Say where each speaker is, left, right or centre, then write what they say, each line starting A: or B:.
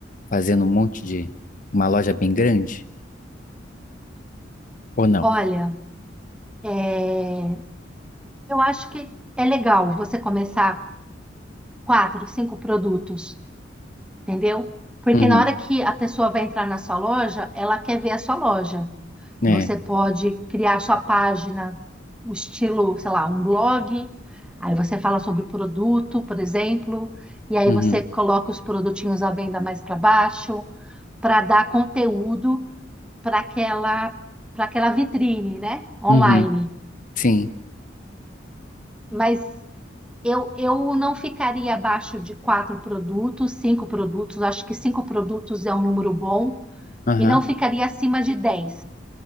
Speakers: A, on the left (about 45°); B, in the centre.
A: fazendo um monte de uma loja bem grande? Ou não?
B: Olha, é, eu acho que é legal você começar quatro, cinco produtos, entendeu? Porque
A: Uhum.
B: na hora que a pessoa vai entrar na sua loja, ela quer ver a sua loja.
A: É.
B: Você pode criar sua página, o estilo, sei lá, um blog. Aí você fala sobre o produto, por exemplo, e aí
A: Uhum.
B: você coloca os produtinhos à venda mais para baixo, para dar conteúdo para aquela para aquela vitrine, né? Online.
A: Uhum. Sim.
B: Mas Eu, eu não ficaria abaixo de quatro produtos, cinco produtos, acho que cinco produtos é um número bom,
A: Aham.
B: e não ficaria acima de 10